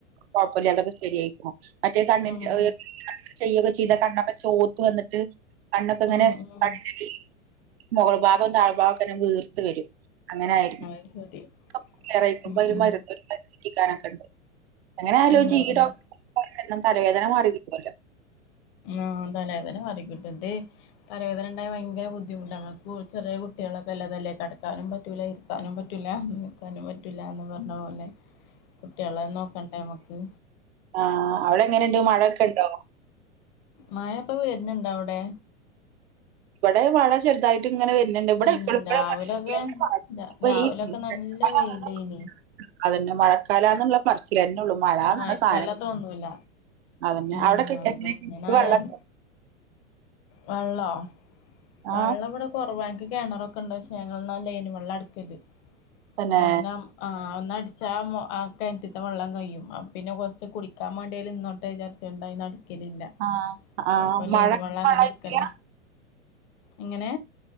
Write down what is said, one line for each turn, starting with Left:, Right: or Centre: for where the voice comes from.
Right: കൊഴപ്പല്ലാതൊക്കെ ശരിയായിക്കുണു മറ്റേ കണ്ണീന്റെ
Left: ഉം
Right: ഏഹ് <unintelligible> ചെയ്യൊക്കെ ചെയ്താ കണ്ണൊക്കെ ചോത്ത് വന്നിട്ട് കണ്ണൊക്കെ ഇങ്ങനെ
Left: ഉം ഉം
Right: കലങ്ങി മൊകൾ ഭാഗം താഴ്ഭാഗോക്കെ ഇങ്ങനെ വീർത്ത് വരും അങ്ങനെയായിരുന്നു
Left: അത് ശരി
Right: ഇപ്പൊ <unintelligible>
Left: ഉം
Right: ഇപ്പൊ
Left: ഉം
Right: മരുന്ന് പെര്ട്ടിക്കാനെക്കണ്ട് അങ്ങനെ ആലോചിച്ചാ
Left: ഉം
Right: ഈ
Left: ഉം
Right: ഡോക്ടർമാർക്കെല്ലാം തലവേദന മാറി കിട്ടുവല്ലോ
Left: ആഹ് തലവേദന മാറി കിട്ടും ഇത് തലവേദന ഇണ്ടായാ ഭയങ്കര ബുദ്ധിമുട്ടാണ് നമ്മക്കും ചെറിയ കുടട്ട്യാളൊക്കെ ഇള്ളതല്ലേ കെടക്കാനും പറ്റൂല ഇരിക്കാനും ക്കാനും പറ്റൂലാ നിക്കാനും പറ്റൂലാന്ന് പറഞ്ഞ പോലെ കുട്ടികളെ നോക്കണ്ടേ നമ്മക്ക്
Right: ആഹ് ആഹ് അവിടെ എങ്ങനെണ്ട് മഴൊക്കെ ഉണ്ടോ
Left: മാഴ ഇപ്പ വെര്ന്ണ്ട് അവ്ടെ
Right: ഇവടെ മഴ ചെറുതായിട്ട് ഇങ്ങനെ വരുന്നുണ്ട് ഇവിടെ
Left: ഉം
Right: <unintelligible>
Left: രാവിലൊക്കെ രാ- രാവിലൊക്കെ നല്ല വെയിലേനി
Right: അതന്നെ മഴക്കാലാന്നുള്ള പറചി ലെന്നൊള്ളു മഴ പറഞ്ഞ
Left: മഴക്കാലം
Right: സാധനം
Left: തോന്നൂല
Right: അതന്നെ
Left: ഉം
Right: അവിടൊക്കെ
Left: അതന്നെ
Right: എങ്ങനെ
Left: ഇങ്ങനെ
Right: വെള്ളം
Left: ആയാൽ
Right: ഇണ്ടോ
Left: വെള്ളോ വെള്ളം
Right: ആ
Left: ഇവിടെ കൊറവാ ഞങ്ങക്ക് കിണറൊക്കെ ഉണ്ട് പക്ഷേ ഞങ്ങളെന്നാ ലൈൻ വെള്ളാ ഇടുക്കല്
Right: തന്നെ
Left: കാരണം ആഹ് ഒന്നടിച്ചാ ആ കിണറ്റിത്തെ വെള്ളം കഴിയും അപ്പൊ പിന്നെ കൊറച്ച് കുടിക്കാൻ വേണ്ട്യേലും നിന്നോട്ട് വിചാരിച്ച് ങ്ങാണ്ട് അയിന്ന് അടിക്കലില്ല
Right: ആ ആ
Left: അപ്പൊ ലൈൻ
Right: മഴ
Left: വെള്ളം അങ്ങനെ
Right: വെള്ളായിട്ടില്ല
Left: എട് ക്കലാ എങ്ങനെ